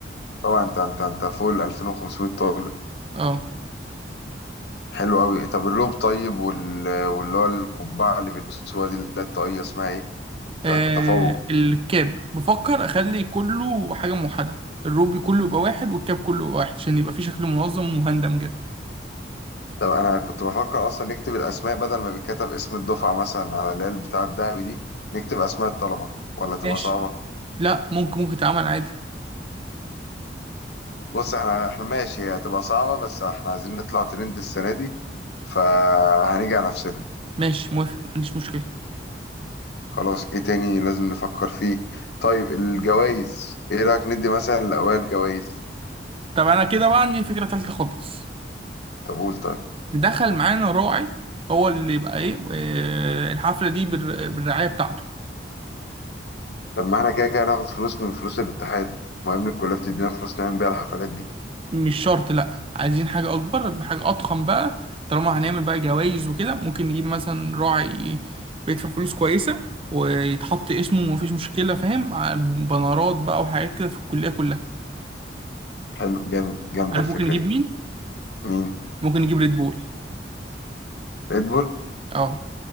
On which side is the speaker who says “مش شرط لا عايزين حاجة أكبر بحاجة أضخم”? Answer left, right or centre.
Right